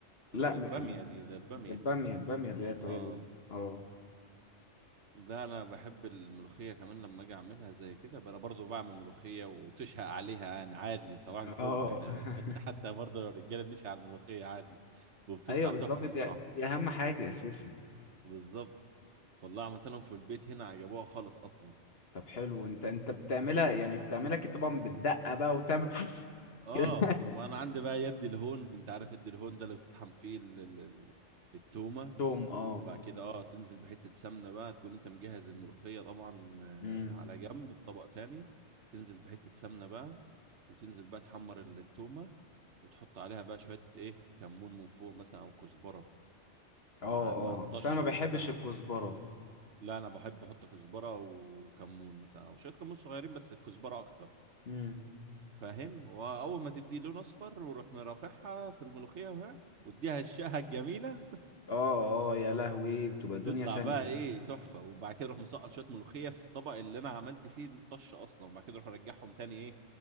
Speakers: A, on the left; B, on the right.
A: لا
B: ولا ده
A: م...
B: البامية
A: م-
B: دي ده البامية
A: ده البامية البامية اللي هي الطريقة
B: اه
A: الو- اه
B: لا انا بحب الملوخية كمان لما اجي اعملها زي كده بقى انا برضو بعمل ملوخية وتشهق عليها يعني عادي صباح الفل
A: اه
B: احنا
A: <laughs>
B: ده <laughs> حتى برضو لو الرجالة بنشهق على الملوخية عادي وبتطلع
A: ايوه بالظبط
B: تحفة
A: دي,
B: الصراحة
A: دي اهم حاجة اساسا
B: بالظبط والله عملت لهم في البيت هنا عجبوها خالص اصلا
A: طب حلو انت انت بتعملها يعني بتعملها كده طبعا بالدقة بقى وتعمل <laughs>
B: اه
A: كده
B: ما انا عندي بقى يد الهون انت عارف يد الهون ده اللي بتطحن فيه ال- ال- ال- التومه
A: توم اه
B: بعد كده اه تنزل بحته سمنه بقى تكون انت مجهز الملوخيه طبعا آه،
A: امم
B: على جنب في طبق تاني تنزل بحته سمنه بقى وتنزل بقى تحمر ال- التومه وتحط عليها بقى شويه ايه كمون من فوق مثلا او كزبره
A: اه
B: مع مع
A: اه
B: الطشه
A: بس انا ما بحبش
B: نفسها
A: الكزبرة
B: لا انا بحب احط كزبره وكمون مثلا او شويه كمون صغيرين بس الكزبره اكتر
A: امم
B: فاهم واول ما تدي لون اصفر وروح مرافعها في الملوخيه وها واديها الشقه الجميله
A: اه اه يا لهوي بتبقى دنيا
B: تطلع
A: تانية
B: بقى ايه تحفه وبعد كده اروح مسقط شويه ملوخيه في الطبق اللي انا عملت فيه الطش اصلا وبعد كده اروح ارجعهم تاني ايه